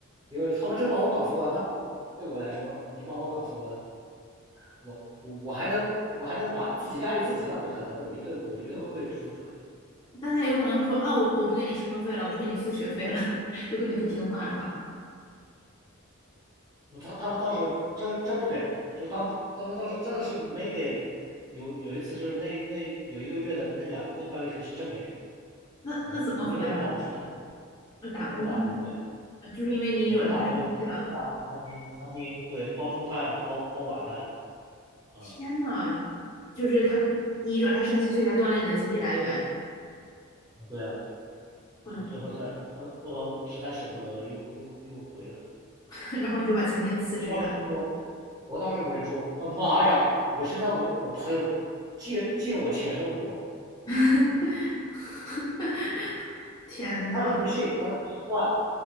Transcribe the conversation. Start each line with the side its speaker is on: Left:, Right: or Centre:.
Right: 因为他们真把我搞疯了，那对我来说，你把我搞疯了，我我我还能我还能把自己压抑自己，那不可能的，我绝对我绝对会说出来。
Left: 但他有可能会说啊，我我不给你生活费了，不给你付学费了，<laughs> 如果你不听话的话，
Right: 我他他们到时候真真不给了，就他们他们当时真的是没给，有有一次就是那那有一个月的那两那半个学期真没给，
Left: 那那怎么活呀？
Right: 然后没给，那我去打工，
Left: 呃打工就
Right: 那我打工呗，
Left: 呃就是因为你惹他们生气了。
Right: 啊，我打工我打工餐厅餐厅对包中饭包包晚饭啊、
Left: 天呐，就是他跟你惹他生气，所以他断了你的经济来源，
Right: 嗯，对啊，
Left: 我的妈
Right: 啊，最后在，后最后实在舍不得又，又又回了。
Left: <laughs> 然后你就把餐厅辞职了。
Right: 我当时就说，我当时我就说，啊妈呀！我现在我我朋友借借我钱生活，
Left: <laughs> 天呐，
Right: 他说不信，啊继续断，